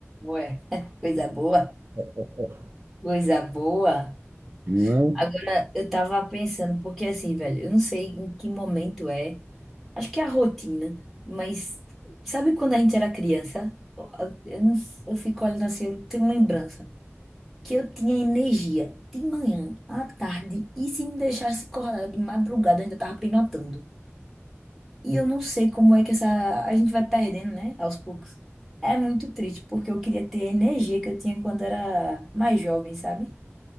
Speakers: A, in the centre; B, on the right.
A: Ué, <laughs> coisa boa,
B: <laughs>
A: coisa boa.
B: não
A: Agora,
B: é?
A: eu tava pensando, porque assim, velho, eu não sei em que momento é, acho que é a rotina, mas sabe quando a gente era criança? Eu, não, eu fico olhando assim, eu tenho lembrança que eu tinha energia de manhã, à tarde, e se me deixasse acordar de madrugada, eu ainda tava pinotando. E eu não sei como é que essa a gente vai perdendo, né, aos poucos. É muito triste, porque eu queria ter a energia que eu tinha quando era mais jovem, sabe?